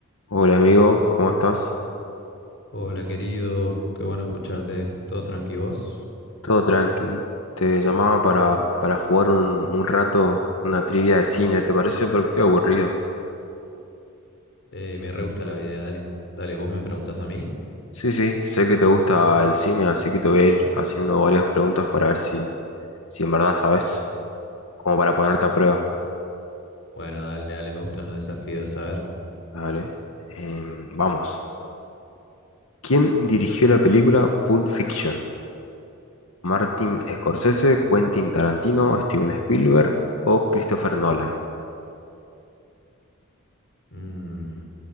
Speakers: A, on the left; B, on the left.
A: Hola amigo, ¿cómo estás?
B: Hola querido, qué bueno escucharte, todo tranqui vos.
A: Todo tranqui. Te llamaba para, para jugar un, un rato una trivia de cine, ¿te parece? Porque estoy aburrido.
B: Eh, me re gusta la idea, dale. Dale, vos me preguntás a mí.
A: Sí, sí, sé que te gusta el cine, así que te voy a ir haciendo varias preguntas para ver si, si en verdad sabes, como para ponerte a prueba.
B: Bueno, dale, dale, me gustan los desafíos, a ver.
A: Dale. Em, vamos. ¿Quién dirigió la película Pulp Fiction? ¿Martin Scorsese, Quentin Tarantino, Steven Spielberg o Christopher Nolan?
B: Mm,